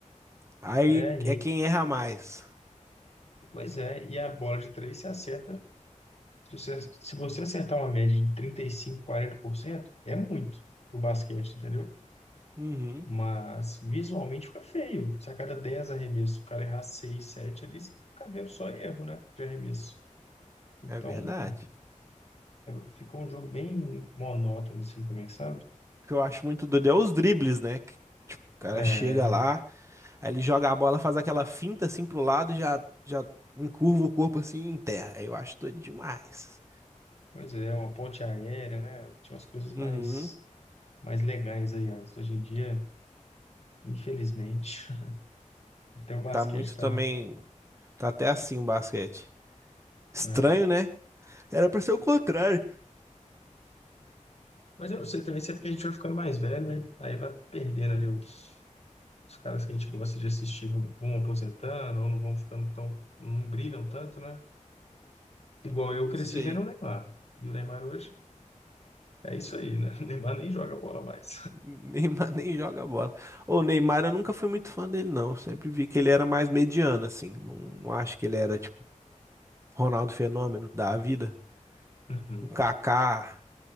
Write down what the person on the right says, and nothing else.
Aí
é
quem erra mais.
Uhum,
é verdade.
O que eu acho muito doido é os dribles, né? Que, tipo, o cara
chega lá,
aí ele joga a bola, faz aquela finta assim pro lado, já, já encurva o corpo assim e enterra. Eu acho doido demais.
Uhum,
tá muito
também. Tá até assim o basquete. Estranho,
né? Era pra ser o contrário.
Ah,
não
sei.
Neymar <laughs> nem joga bola. O Neymar eu nunca fui muito fã dele, não. Eu sempre vi que ele era mais mediano, assim. Não, não acho que ele era, tipo, Ronaldo Fenômeno da vida.
Um Kaká,